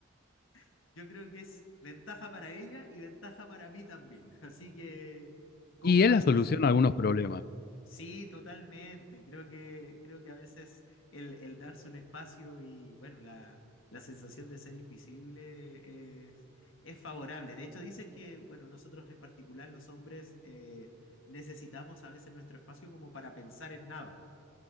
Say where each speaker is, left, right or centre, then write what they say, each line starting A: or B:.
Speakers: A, on the left (about 75°); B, on the left (about 50°).
A: <laughs> yo creo que es ventaja para ella y ventaja para mí también. <laughs> Así que comparto
B: Y es la solución
A: eso último.
B: a algunos problemas.
A: Sí, totalmente. Creo que, creo que a veces el, el darse un espacio y, bueno, la, la sensación de ser invisible es, es favorable. De hecho, dicen que, bueno, nosotros en particular, los hombres, eh, necesitamos a veces nuestro espacio como para pensar en nada.